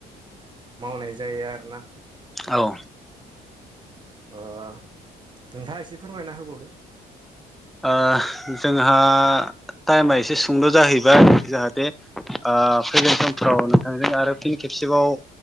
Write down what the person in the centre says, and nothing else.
औ।
ओ जोंहा टाइमआ एसे सुंद' जाहैबाय जाहाथे ओ फैगोन समफ्राव नोंथांजों आरो फिन खेब सेबाव